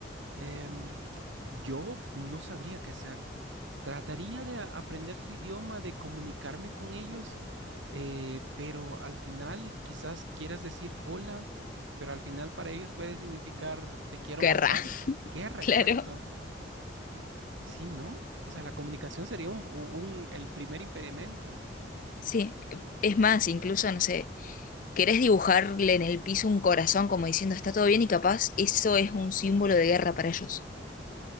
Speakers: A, on the right; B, on the left.
A: em, yo no sabría qué hacer. Trataría de a- aprender su idioma, de comunicarme con ellos, eh, pero al final quizás quieras decir hola, pero al final para ellos puede significar te quiero
B: qué
A: matar.
B: erra. <laughs>
A: Guerra,
B: Claro.
A: exacto. Sí, ¿no? O sea, la comunicación sería un, un- el primer impedimento.
B: Sí, es más, incluso, no sé, querés dibujarle en el piso un corazón como diciendo está todo bien y capaz eso es un símbolo de guerra para ellos.